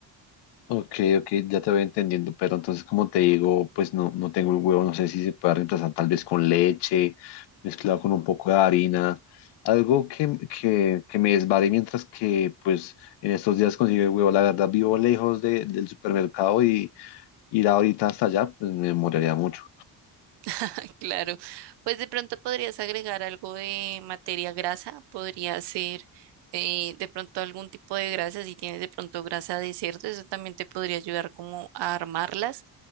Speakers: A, on the left; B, on the right.
A: Ok, ok, ya te voy entendiendo, pero entonces como te digo, pues no, no tengo el huevo, no sé si se puede reemplazar tal vez con leche, mezclado con un poco de harina, algo que, que, que me desvare mientras que pues en estos días consigo el huevo, la verdad vivo lejos de- del supermercado y ir ahorita hasta allá, pues me demoraría mucho.
B: <laughs> Claro, pues de pronto podrías agregar algo de materia grasa, podría ser eh, de pronto algún tipo de grasa, si tienes de pronto grasa de cerdo, eso también te podría ayudar como a armarlas,